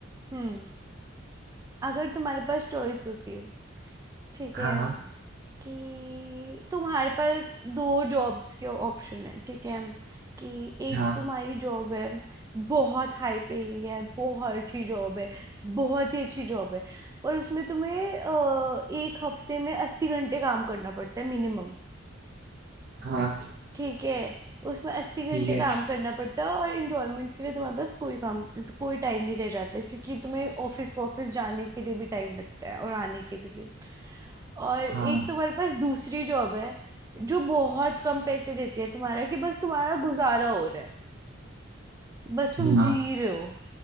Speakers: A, on the right; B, on the right.
A: हम्म अगर तुम्हारे पास चॉइस होती है ठीक
B: हाँ
A: है कि तुम्हारे पास दो जॉब्स के ऑप्शन है ठीक है कि एक
B: हाँ
A: तुम्हारी जॉब है बहुत हाई पेइंग है बहुत अच्छी जॉब है बहुत ही अच्छी जॉब है और उसमें तुम्हें अ, एक हफ्ते में अस्सी घंटे काम करना पड़ता है मिनिमम
B: हाँ
A: ठीक है उसमें अस्सी घंटे
B: ठीक है
A: काम करना पड़ता है और इंजॉयमेंट के लिए तुम्हारे पास कोई काम कोई टाइम नहीं रह जाता है, क्योंकि तुम्हें ऑफिस ऑफिस जाने के लिए भी टाइम लगता है और आने के लिए भी और एक
B: हाँ
A: तुम्हारे पास दूसरी जॉब है जो बहुत कम पैसे देती है तुम्हारा कि बस तुम्हारा गुजारा हो रहा है बस तुम
B: हाँ
A: जी रहे हो